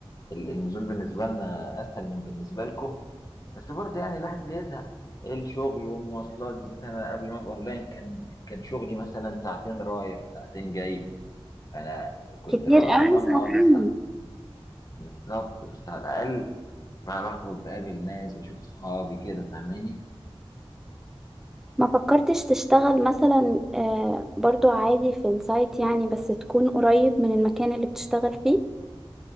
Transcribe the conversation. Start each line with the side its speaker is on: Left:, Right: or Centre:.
Left: ال- النزول بالنسبه لنا اسهل من بالنسبه لكم بس برضه يعني الواحد بيزهق الشغل والمواصلات بالذات انا قبل ما ابقى اونلاين كان كان شغلي مثلا ساعتين رايح ساعتين جاي انا كنت
Centre: كتير
Left: ببقى
Centre: قوي
Left: قرفان
Centre: ساعتين
Left: اه بس ع- بالظبط بس على الاقل بقى بخرج بقابل ناس بشوف اصحابي كده فاهماني
Centre: ما فكرتش تشتغل مثلا آه، برضو عادي في السايت يعني بس تكون قريب من المكان اللي بتشتغل فيه